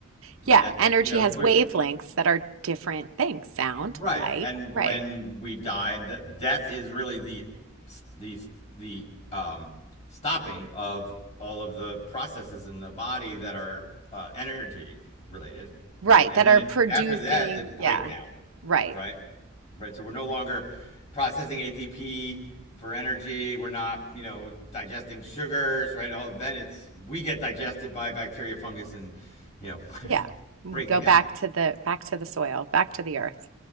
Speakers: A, on the left (about 35°); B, on the right (about 75°).
A: i
B: Yeah,
A: mean that's
B: energy
A: you know
B: has
A: we're
B: wavelengths that are different things, sound,
A: right
B: light,
A: and
B: right,
A: when we die and that death is really the the the um stopping of all of the processes in the body that are uh, energy related
B: right,
A: right and
B: that
A: then
B: are
A: it,
B: producing,
A: after that it's breakdown
B: yeah, right,
A: right right? So we're no longer processing ATP for energy. We're not, you know, digesting sugars, right? All then it's we get digested by bacteria, fungus, and you know,
B: yeah. We
A: breaking
B: go
A: down.
B: back to the back to the soil, back to the earth.